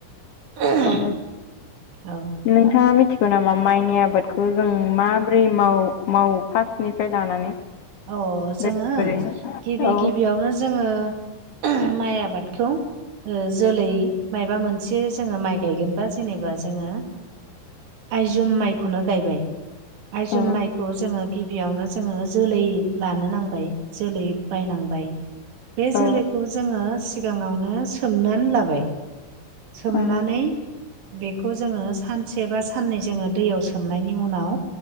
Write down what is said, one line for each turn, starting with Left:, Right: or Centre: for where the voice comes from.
Right: हायो
Left: ओ
Right: औ
Left: नोंथाङा
Right: दा
Left: मिथि जेनेबा माइनि आबादखौ जों माबोरै माव मावो फार्स्टनिफ्राय लानानै
Right: अ जोङो
Left: बोरै
Right: गिबि
Left: औ
Right: गिबियावनो जोङो माइ आबादखौ जोलै माबा मोनसे जोङो माइ गायगोनबा जेनेबा जोङो आयजुम माइखौनो गायबाय आइजुम
Left: औ
Right: माइखौ जोङो गिबियावनो जोङो जोलै लानो नांबाय जोलै बायनांबाय बे
Left: औ
Right: जोलैखौ जोङो सिगाङावनो सोमनानै लाबाय सोमनानै
Left: ओम
Right: बेखौ जोङो सानसे बा साननै जोङो दैयाव सोमनायनि उनाव